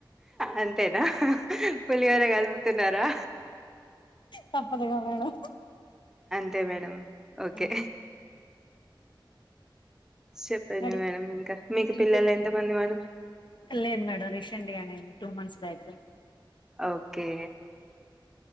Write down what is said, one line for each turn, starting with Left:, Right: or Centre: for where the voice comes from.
Centre: అంతేనా పులిహోర కల్ పూ తున్నారా
Left: తప్పదుగా మేడం
Centre: అంతే మేడమ్ ఓకే
Left: హ్మ్
Centre: చెప్పండి
Left: మేడం
Centre: ఇంకా మీకు
Left: ఇంక
Centre: పిల్లలు ఎంత మంది మేడం
Left: లేదు మేడం రిషన్ డియా టూ మంత్స్ <unintelligible>
Centre: ఓకే